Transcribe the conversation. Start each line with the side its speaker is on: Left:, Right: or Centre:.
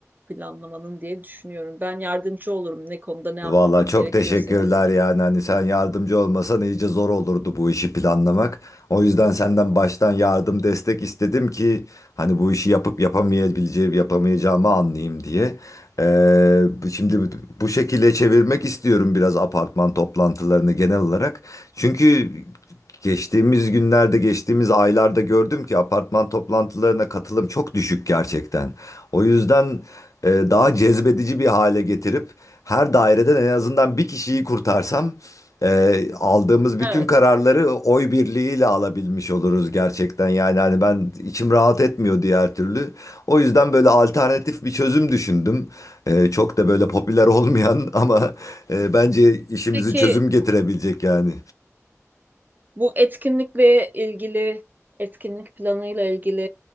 Right: planlamanın diye düşünüyorum. Ben yardımcı olurum ne konuda ne yapmak
Left: Valla çok
Right: gerekiyorsa
Left: teşekkürler
Right: yani.
Left: yani hani sen yardımcı olmasan iyice zor olurdu bu işi planlamak. O yüzden senden baştan yardım destek istedim ki hani bu işi yapıp yapamayabileceğim yapamayacağımı anlayayım diye. Ee, bu- şimdi bu bu şekilde çevirmek istiyorum biraz apartman toplantılarını genel olarak. Çünkü Geçtiğimiz günlerde, geçtiğimiz aylarda gördüm ki apartman toplantılarına katılım çok düşük gerçekten. O yüzden e, daha cezbedici bir hale getirip her daireden en azından bir kişiyi kurtarsam e, aldığımız bütün
Right: Evet.
Left: kararları oy birliğiyle alabilmiş oluruz gerçekten. Yani hani ben içim rahat etmiyor diğer türlü. O yüzden böyle alternatif bir çözüm düşündüm. E, çok da böyle popüler <laughs> olmayan ama e, bence işimizi
Right: Peki
Left: çözüm getirebilecek yani.
Right: Bu etkinlikle ilgili, etkinlik planıyla ilgili